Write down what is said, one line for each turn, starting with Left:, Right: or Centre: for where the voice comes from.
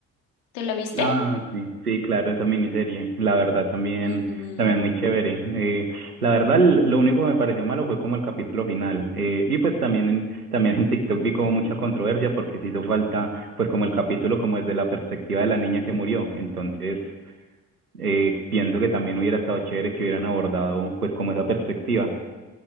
Left: ¿Te la viste?
Right: Ah, sí, sí, claro, esa miniserie, la verdad también,
Left: Ujú.
Right: también muy chévere. Eh, la verdad, l- lo único que me pareció malo fue como el capítulo final. Eh, y pues también en, también en TikTok vi como mucha controversia porque se hizo falta, pues como el capítulo como desde la perspectiva de la niña que murió. Entonces, eh, pienso que también hubiera estado chévere que hubieran abordado pues como esa perspectiva.